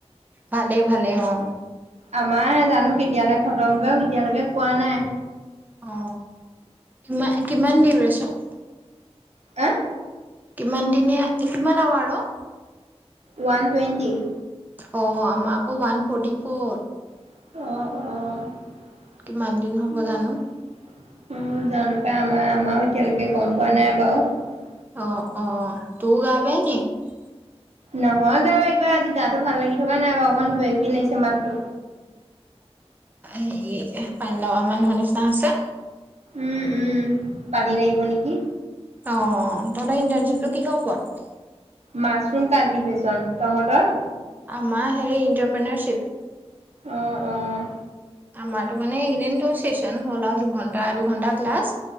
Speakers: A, on the right (about 15°); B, on the right (about 80°).
A: ভালে ভালে অ।
B: আমাৰ জানো কেতিয়ালে খতম কৰে এতিয়ালৈকে কোৱা নাই।
A: অ কি কিমান দিউৰেচন।
B: অহ।
A: কিমান দিনীয়া কিমান আৱাৰ‌ অ?
B: ওৱান টুৱেণ্টি
A: অ আমাকো ওৱান ফৰ্টি ফৰ।
B: অহ অহ। উম জানো
A: কিমান দিন
B: পাই
A: হ'ব জানো
B: আমাৰ আমাৰও এতিয়ালৈকে গম পোৱা নাই বাৰু।
A: অ অ তোৰ গা বেয়া নেকি?
B: নহয় গা বেয়া কিবা আজি গাটো ভাল লাগি থকা নাই বাৰু অকমান কিবাকিবি লাগি আছে। চিমাৰটো
A: হেৰি পানীলগা মানুহৰ নিচিনা হৈছে।
B: উম উম পানী লাগিব নেকি?
A: অ তহঁতৰ ইণ্টাৰণশ্বিপটো কিহৰ ওপৰত।
B: Mushroom cultivation. তহঁতৰ?
A: আমাৰ হেৰি ইণ্টাৰপ্ৰেনাৰশিপ।
B: অহ অহ।
A: আমাৰতো মানে এইকেইদিনটো চেচন হ'ল আৰু দুঘন্টা দুঘন্টা ক্লাছ।